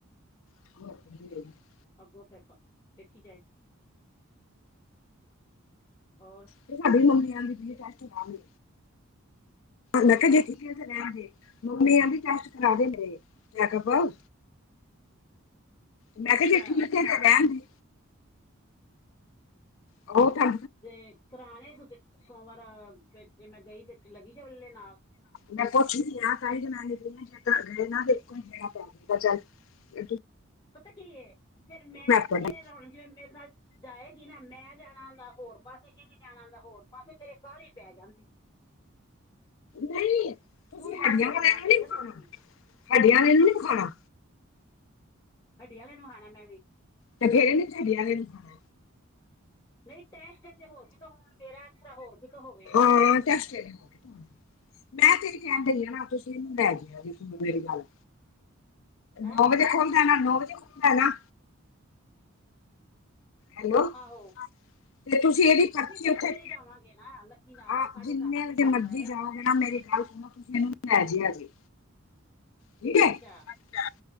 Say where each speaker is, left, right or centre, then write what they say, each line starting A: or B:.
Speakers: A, on the left; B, on the left.
A: ਹ <unintelligible>
B: ਅੱਗੋਂ ਫਿਰ ਪ, ਵੇਖੀ ਜਾਏ। ਔਰ
A: ਤੇ ਸਾਡੀ ਮੰਮੀ ਕਹਿੰਦੀ ਪਈ ਏ ਟੈਸਟ ਕਰਾਲੋ। ਮੈ ਕੇਹਾ
B: ਹੈ
A: ਜੇ ਛੁਟਿਆਂ ਰੈਣਗੇ ਮੰਮੀ ਕਹਂਦੀ ਟੈਸਟ ਕਰਾ ਦੇ ਮੇਰੇ ਮੈ ਕੇਹਾ ਬੳ ਮੈਂ
B: ਅੱਛਾ
A: ਕਿਹਾ ਜੇ ਠੀਕ ਏ ਤੇ ਰੈਣਦੇ। ਉਹ ਤਾਂ
B: ਤੇ ਪੁਰਾਣੇ ਸੁਚ ਸੋਮਵਾਰ ਜੇ ਮੈਂ ਗਈ ਤੇ ਲੱਗੀ <unintelligible> ਨਾਲ।
A: ਮੈਂ ਪੁੱਛ ਨੀ ਆ, ਤਾਹੀਮ ਤਾਂ ਮੈਂ ਨ ਜੇ ਘਰ ਗਏ ਨਾ ਤੇ ਇੱਕੋ ਹੀ ਬੇਣਾ ਪੈ ਜਾਗਾ ਚੱਲ <unintelligible> ਅੱ <inaudible>
B: ਪਤਾ ਕੀ ਏ, ਫੇਰ ਮੈਂ
A: ਪੜ੍ਹੀ
B: ਏ ਹੁਣ ਜਿਵੇਂ ਮੇਰੇ ਨਾਲ ਜਾਏਗੀ ਨਾ ਮੈਂ ਜਾਣਾ ਹੁੰਦਾ ਹੋਰ ਪਾਸੇ ਇਹਨੇ ਜਾਣਾ ਹੁੰਦਾ ਹੋਰ ਪਾਸੇ, ਫੇਰ ਐ ਕਾਲੀ ਪੈ ਜਾਂਦੀ ਏ।
A: ਨਈ ਤੁਸੀਂ
B: ਤੂੰ ਵੀ
A: ਹਡੀਆਂ
B: ਨਾਲ ਚੱਲਣਾ
A: ਵਾਲੇ ਨੂੰ
B: ਪਏਗਾ
A: ਨਈ ਵਖਾਣਾ,
B: ਤੈਨੂੰ ਵੀ
A: ਹੱਡੀਆਂ ਵਾਲੇ ਨੂੰ ਨੀ ਵਖਾਣਾ।
B: ਹੱਡੀਆਂ ਵਾਲੇ ਨੂੰ ਵਖਾਣਾ ਮੈਂ ਵੀ।
A: ਤਾਂ ਫੇਰ ਨੀ ਹੱਡੀਆਂ ਆਲੇ ਨੂੰ ਵਖਾਣੇ।
B: ਨਈ ਟੈਸਟ ਕੈਂਦੇ ਹੋਰ ਕੀਤੋ ਹੋਣ, ਮੇਰਾ ਐਕਸਰੇ ਹੋਰ ਕੀਤੋ ਹੋਵੇ।
A: ਹਾਂ ਟੇਟਸ ਹੋਰ ਕਿਤੋ। ਮੈਂ ਤੇਰੀ ਕਹਿਣ ਡਈ ਆ ਨਾ, ਤੁਸੀਂ ਇਹਨੂੰ ਲੈ ਜੇਆ ਜੇ ਸੁਣੋ ਮੇਰੀ ਗੱਲ।
B: ਹੈਂ
A: ਨੌ ਵਜੇ ਖੁਲਦਾ ਏ ਨਾ, ਨੌ ਵਜੇ ਖੁਲਦਾ ਏ ਨਾ। ਹੈਲੋ ਤੇ
B: ਆਹੋ
A: ਤੁਸੀਂ ਇਹਦੀ ਪਰਚੀ
B: ਅਸੀਂ ਤੇ
A: ਉੱਥੇ
B: ਅੱਠ ਵਜੇ ਜਾਵਾਂਗੇ ਨਾ ਲੱਕੀ ਨਾਲ
A: ਆ
B: ਸਾਡੇ
A: ਜਿੰਨੇ
B: ਸੱਤ
A: ਵਜੇ
B: ਈ ਜਾਂਦਾ
A: ਮਰਜ਼ੀ
B: ਏ।
A: ਜਾਓਗੇ ਮੇਰੀ ਗੱਲ ਸੁਣੋ ਤੁਸੀਂ ਇਹਨੂੰ ਲੈ ਜੀਆ ਜੇ। ਠੀਕ ਏ।
B: ਅੱਛਾ
A: ਅੱਛਾ,